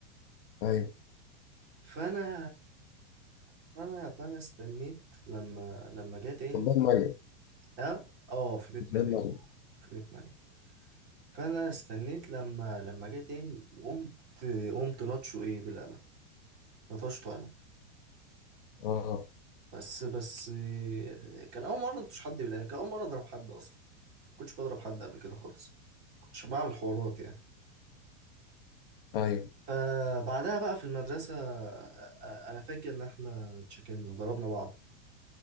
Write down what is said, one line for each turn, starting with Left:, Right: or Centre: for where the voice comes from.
Left: ايوه
Right: فانا فانا فانا استنيت لما لما جه تاني
Left: قدام مريم
Right: اه اه في بيت
Left: قدام
Right: مريم
Left: مريم
Right: في بيت مريم فانا استنيت لما لما جه تاني وقمت قمت لطشه ايه بالقلم لطشته انا
Left: اه
Right: بس بس آه، كان اول مرة لطش حد بالقلم كان اول مرة اضرب حد اصلا كنتش بضرب حد قبل كده خالص كنتش بعمل حوارات يعني
Left: ايوه
Right: فبعدها بقى في المدرسة آه، أنا فاكر إن إحنا اتشكلنا ضربنا بعض